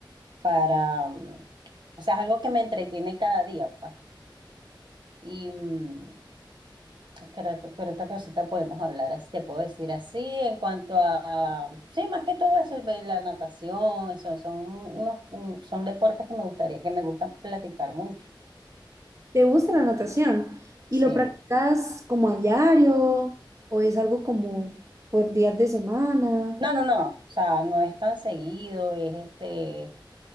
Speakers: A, on the right; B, on the right.
A: para, mm, o sea, es algo que me entretiene cada día, pues, y, mm, Creo creo otra cosita podemos hablar, así te puedo decir así, en cuanto a, sí, más que todo eso, ve la natación, eso, son unos, un- son deportes que me gustaría, que me gustan platicar mucho,
B: ¿Te gusta la natación? ¿Y
A: sí.
B: lo practicas como a diario o es algo como por días de semana?
A: No, no, no, o sea, no es tan seguido, es este,